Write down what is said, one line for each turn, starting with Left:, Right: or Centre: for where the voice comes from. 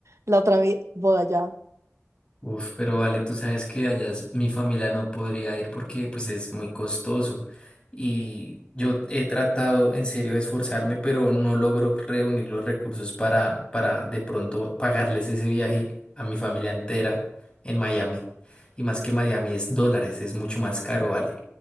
Right: la otra vi- boda ya.
Left: Uf, pero vale, tú sabes que allá es- mi familia no podría ir porque pues es muy costoso. Y yo he tratado en serio de esforzarme, pero no logro reunir los recursos para, para de pronto pagarles ese viaje a mi familia entera en Miami. Y más que Miami es dólares, es mucho más caro, vale.